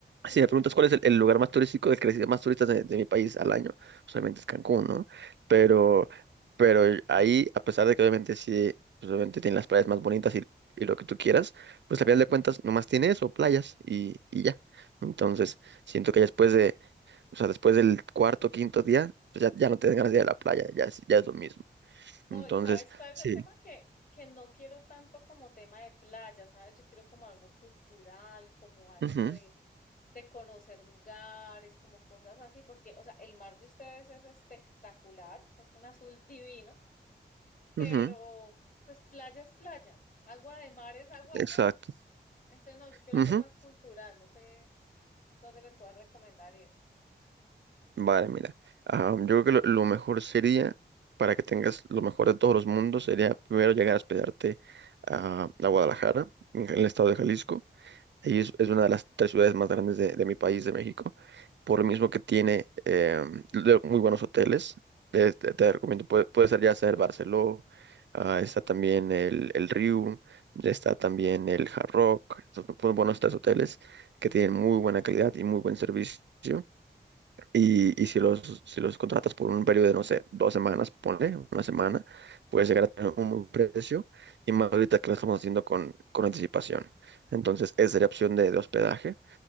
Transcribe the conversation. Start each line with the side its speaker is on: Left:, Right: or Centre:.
Right: Si me preguntas cuál es el, el lugar más turístico del que recibe más turistas de, de mi país al año, pues Obviamente es Cancún, ¿no? Pero, pero ahí, a pesar de que obviamente sí, pues obviamente tiene las playas más bonitas y, y lo que tú quieras, pues al final de cuentas nomás tiene eso, playas y, y ya. Entonces, siento que ya después de, o sea, después del cuarto, quinto día, pues ya, ya no te dan ganas de ir a la playa, ya es, ya es lo mismo.
Left: No,
Right: Entonces,
Left: y ¿sabes cuál es
Right: sí.
Left: el tema? Que, que no quiero tanto como tema de playa, ¿sabes? Yo quiero como algo cultural, como algo
Right: Ujú,
Left: de, de conocer lugares, como cosas así, porque, o sea, el mar de ustedes es espectacular, es un azul divino, pero
Right: ujú,
Left: pues playa es playa, agua de mar es agua
Right: exacto.
Left: de mar. Entonces, no, yo quiero
Right: Ujú,
Left: algo más cultural, no sé dónde me puedas recomendar ir.
Right: Vale, mira, ah, yo creo que lo, lo mejor sería, para que tengas lo mejor de todos los mundos, sería primero llegar a hospedarte a, a Guadalajara, en el estado de Jalisco. Ahí es, es una de las tres ciudades más grandes de, de mi país, de México, por lo mismo que tiene eh, de- muy buenos hoteles. eh, Te, te recomiendo, puede, puede ser ya sea el Barceló, ah, está también el, el Riu, está también el Hard Rock, son son buenos tres hoteles que tienen muy buena calidad y muy buen servicio. Y, y si los, si los contratas por un periodo de, no sé, dos semanas, ponle, una semana, puedes llegar a tener un buen precio y más ahorita que lo estamos haciendo con, con anticipación. Entonces, esa sería opción de, de hospedaje.